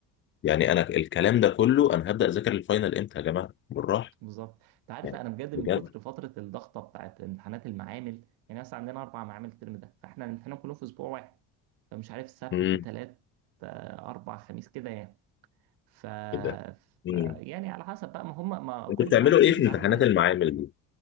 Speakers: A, on the left; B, on the right.
A: يعني انا الكلام ده كله انا هبدا اذاكر الفاينل امتى يا جماعه بالراحه
B: بالظبط انت عارف
A: يعني
B: انا بجد
A: بجد
B: من كتر فتره الضغطه بتاعت امتحانات المعامل يعني مثلا عندنا اربع معامل الترم ده فاحنا الامتحانات كلهم في اسبوع واحد فمش عارف سبت
A: امم
B: تلات آه، اربع خميس كده يعني ف...
A: كده
B: ف
A: امم
B: يعني على حسب بقى ما هم ما كل
A: انتوا بتعملوا
B: معمل
A: ايه
B: شايف
A: في
B: الميعاد
A: امتحانات
B: المناسب
A: المعامل دي